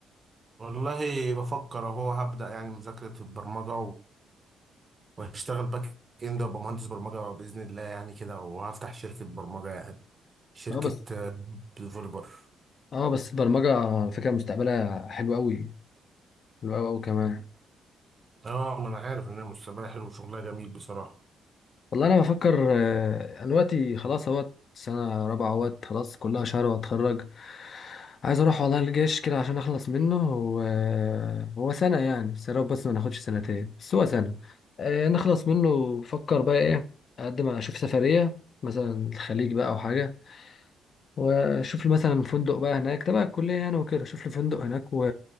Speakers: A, on the right; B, on the left.
A: والله بفكر اهو هبدأ يعني مذاكره البرمجه وهشتغل باك اند وابقى مهندس برمجه باذن الله يعني كده وهفتح شركه برمجه يعني شركه
B: اه بس
A: ديفلوبر
B: اه بس البرمجه على فكره مستقبلها حلو قوي حلو قوي قوي كمان
A: اه ما انا عارف ان المستقبل حلو وشغلها جميل بصراحه
B: والله انا بفكر آه، انا دلوقتي خلاص اهوت سنه رابعه اهوت خلاص كلها شهر واتخرج عايز اروح والله الجيش كده عشان اخلص منه و- آه، هو سنه يعني بس يا رب بس ما ناخدش سنتين بس هو سنه آه، نخلص منه بفكر بقى ايه اقدم على- اشوف سفريه مثلا الخليج بقى او حاجه واشوف لي مثلا فندق بقى هناك تبع الكليه يعني وكده اشوف لي فندق هناك و...